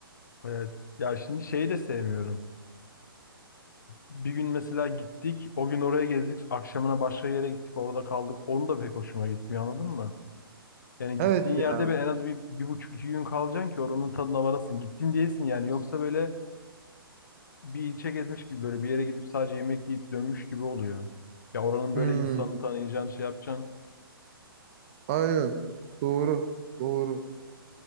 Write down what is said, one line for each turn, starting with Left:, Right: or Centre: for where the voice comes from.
Left: Evet. Ya şimdi şeyi de sevmiyorum. Bir gün mesela gittik. O gün oraya gezdik. Akşamına başka yere gittik. Orada kaldık. Onu da pek hoşuma gitmiyor anladın mı? Yani gittiğin
Right: Evet ya.
Left: yerde bir en az bir, bir buçuk iki gün kalacaksın ki oranın tadına varasın. Gittin diyesin yani. Yoksa böyle bir ilçe gezmiş gibi böyle bir yere gidip sadece yemek yiyip dönmüş gibi oluyor. Ya oranın
Right: Hmm,
Left: böyle insanı tanıyacaksın, şey yapacaksın.
Right: aynen. Doğru. Doğru.